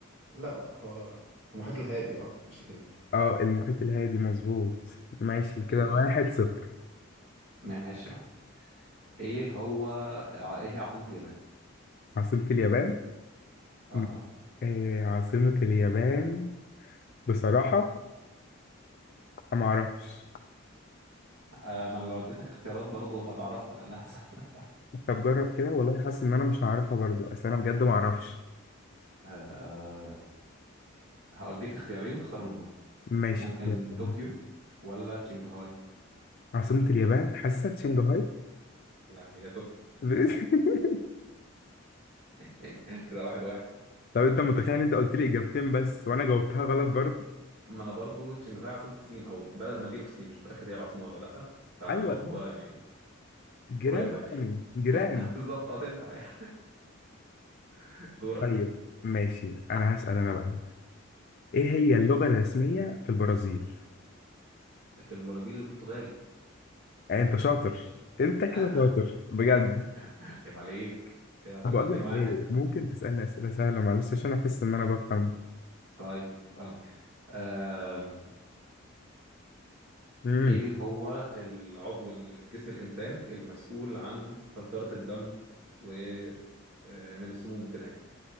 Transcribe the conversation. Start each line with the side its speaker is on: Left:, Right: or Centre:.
Right: لا لا هو المحيط الهادي اه مش الهندي
Left: اه المحيط الهادي مظبوط ماشي
Right: اوكي
Left: كده واحد صفر
Right: ماشي يا عم ايه هو ع- ايه هي عاصمة اليابان
Left: عاصمة اليابان
Right: اها
Left: مم. إيه عاصمة اليابان بصراحة أنا معرفش
Right: آه، ما انا لو اديتك اختيارات برضو هتعرفها لانها <laughs> سهلة
Left: طب جرب كده والله حاسس إن أنا مش هعرفها برضو أصل أنا بجد معرفش
Right: أه هقولك اختيارين تختار منهم
Left: ماشي
Right: ممكن
Left: اختيار تاني.
Right: طوكيو ولا شنغهاي
Left: عاصمة اليابان حاسسها شنغهاي
Right: لا هي طوكيو
Left: <laughs>
Right: <laughs> كده واحد واحد
Left: طب أنت متخيل إن أنت قلت لي إجابتين بس وأنا جاوبتها غلط برضو
Right: ما انا برضو شنغهاي عاصمة الصين او بلد مدينة في الصين مش متأكد هي العاصمة ولا لأ فبرضه
Left: أيوة
Right: هو يعني
Left: جيران
Right: قريبة يعني
Left: يعني جيران
Right: <laughs> بالظبط هتنفع يعني <laughs> دورك
Left: طيب ماشي أنا هسأل أنا بقى إيه هي اللغة الرسمية في البرازيل؟
Right: في البرازيل البرتغالي
Left: يعني أنت شاطر أنت
Right: <laughs>
Left: كده شاطر بجد
Right: عيب عليك كده احنا
Left: بقول
Right: اتنين
Left: لك
Right: واحد
Left: ايه ممكن تسألني أسئلة سهلة معلش عشان احس ان انا بفهم
Right: طيب اسألك آم،
Left: امم
Right: ايه هو العضو اللي في جسم الانسان المسؤول عن فلترة الدم و آه، من السموم وكده يعني